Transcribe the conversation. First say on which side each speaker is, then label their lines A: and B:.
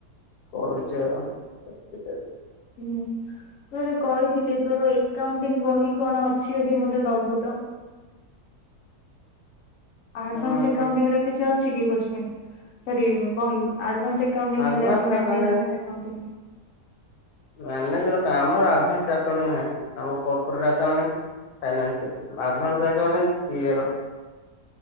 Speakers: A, on the left; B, on the left.
A: କରୁଛ ଅଉ।
B: ହୁଁ ମୁଁ ତତେ କହିଥିଲି ତୋର ଏକାଉଣ୍ଟିଂ ବହି କଣ ଅଛି ଯଦି ମତେ ଦବୁ ତ? ଆଡ଼ଭାନ୍ସ
A: ହଁ
B: ଆକାଉଣ୍ଟିଙ୍ଗ
A: ହଁ
B: ର କିଛି ଅ ଅଛି କି କ୍ୱଶ୍ଚିନ ସରି ବହି ଆଡ଼ଭାନ୍ସ ନ୍ସ ଏକାଉଣ୍ଟିଂ
A: ଆଡଭାନ୍ସ
B: ହେଲା କି ମାନେଜମେଣ୍ଟ
A: ଆକାଉଣ୍ଟ
B: ଏକାଉଣ୍ଟିଂ ହେଲା।
A: ମ୍ୟାନେଜର କାମ ଏଡଭାନ୍ସ ଆକାଉଣ୍ଟ ନାହିଁ। ଆଉ ମୋର କର୍ପୋରେଟର ଆକାଉଟିଙ୍ଗ ଫାଇନାନ୍ସ ଏଡଭାନ୍ସ ଆକାଉଟିଙ୍ଗ ସିଏ ର